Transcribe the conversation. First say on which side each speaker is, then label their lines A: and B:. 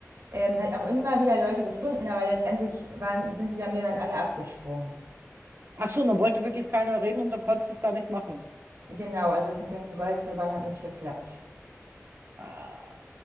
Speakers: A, on the right; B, on the right.
A: ähm, halt auch immer wieder Leute gefunden, aber letztendlich waren, sind die da mir dann alle abgesprungen.
B: Ach so, und dann wollte wirklich keiner reden und dann konntest du es gar nicht machen.
A: Genau, also das mit den Goldgräbern hat nicht geklappt.
B: Ah.